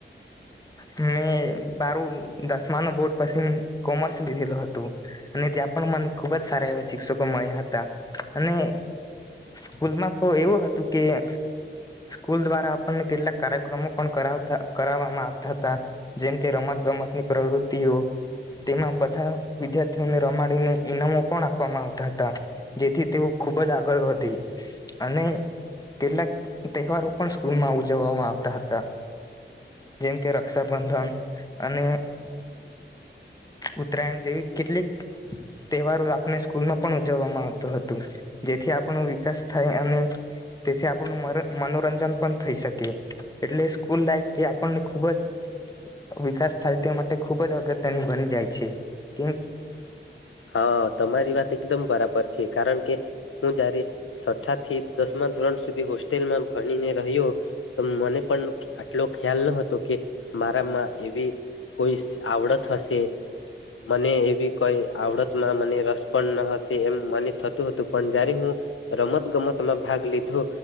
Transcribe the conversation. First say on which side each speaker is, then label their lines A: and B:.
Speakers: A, on the left; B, on the left.
A: મેં બારું દસમાનુ બોર્ડ પછી કોમર્સ લીધેલો હતું, અને ત્યાં પણ મને ખુબ જ સારા એવા શિક્ષકો મળ્યા હતા, અને સ્કૂલમાં તો એવું હતું કે સ્કૂલ દ્વારા આપર્ણે કેટલાક કાર્યક્રમો પણતા કરાવવામાં આવ થા હતા, જેમકે રમત ગમતની પ્રવૃતિઓ, તેમાં બધા વિદ્યાર્થીઓને રમાડીને ઈનામો પણ આપવામાં આવતા હતા, જેથી તેઓ ખુબ જ આગળ વધી અને કેટલાક તહેવારો પણ સ્કૂલમાં ઉજવવામાં આવતા હતા. જેમ કે રક્ષાબંધન અને ઉત્તરાયણ જેવી કેટલીક તહેવારો આપણે સ્કૂલમાં પણ ઉજવવામાં આવતું હતું, જેથી આપણો વિકાસ થાય અને તેથી આપણું મર મનોરંજન પણ થઈ શકે, એટલે સ્કૂલ લાઈફ થી આ પર્ણે ખૂબ જ વિકાસ થાય તે માટે ખૂબ જ અગત્યની બની જાય છે, કેમ
B: હા તમારી વાત એકદમ બરાબર છે, કારણ કે હું જયારે સઠા થી દસમા ધોરણ સુધી હોસ્ટેલમાં ભણીને રહ્યો, તો મને પણ આટલો ખ્યાલ ન હતો કે મારામાં એવી કોઈ સ આવડત હશે, મને એવી કોઈ આવડતમાં મને રસ પણ ન હશે એમ મને થતું હતું પણ જારે હું રમત ગમતમાં ભાગ લી ધો,